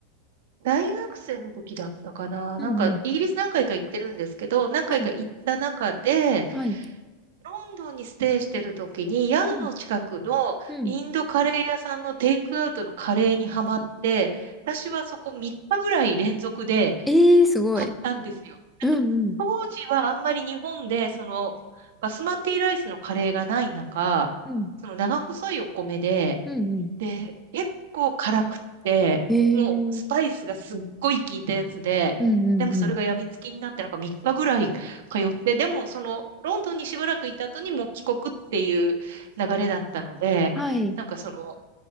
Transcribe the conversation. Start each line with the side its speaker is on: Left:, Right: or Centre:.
Right: 大学生の時だったかな。
Centre: うんうん。
Right: なんか、イギリス何回か行ってるんですけど、何回か行った中で、
Centre: はい。はい。
Right: ロンドンにステイしてる時に、宿の近くの
Centre: うん。うん。
Right: インドカレー屋さんのテイクアウトのカレーにハマって、私はそこ3日ぐらい連続で、
Centre: ええー、すごい。
Right: 買ったんですよ。なんか、
Centre: うんうん。
Right: 当時はあんまり日本で、その、バスマティライスのカレーがない中、
Centre: うん。
Right: その長細いお米で、
Centre: うんうん。
Right: で、結構辛くって、
Centre: ええー。
Right: もうスパイスがすっごい効いたやつで、
Centre: うんうんうん。
Right: でもそれが病みつきになって、なんか3日ぐらい通って、でもその、ロンドンにしばらくいた後にもう帰国っていう流れだったので、
Centre: はい。
Right: なんかその、